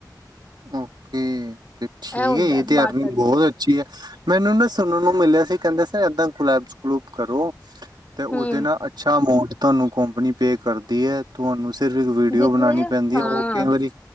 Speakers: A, on the right (about 75°); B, on the left (about 20°).
A: ਓ ਤੇ ਠੀਕ
B: ਹੁੰਦਾ
A: ਹੈ ਇਹ ਤੇ
B: ਬਾਰਦਾਰੀ
A: ਅਰਨਿੰਗ ਬਹੁਤ ਅੱਛੀ ਹੈ ਮੈਨੂੰ ਨਾ ਸੁਣਨ ਨੂੰ ਮਿਲਿਆ ਸੀ ਕਹਿੰਦੇ ਸੀ ਨਾ ਇਏਦਾਂ ਗੁਲਾਬ ਗਲੂਬ ਕਰੋ ਤੇ ਉਹਦੇ
B: ਹੂੰ
A: ਨਾਲ ਅੱਛਾ ਅਮਾਡ ਤੁਹਾਨੂੰ ਕੰਪਨੀ ਪੇ ਕਰਦੀ ਹੈ ਤੁਹਾਨੂੰ ਸਿਰ ਇੱਕ ਵੀਡੀਓ
B: ਜਿਤਨੇ
A: ਬਣਾਉਣੀ ਪੈਂਦੀ ਹੈ।
B: ਹਾਂ
A: ਉਹ ਕਈ ਵਾਰੀ